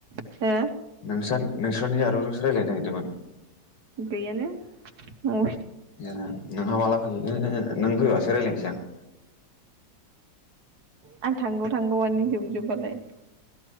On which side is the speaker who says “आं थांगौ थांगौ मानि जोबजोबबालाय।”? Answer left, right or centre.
Right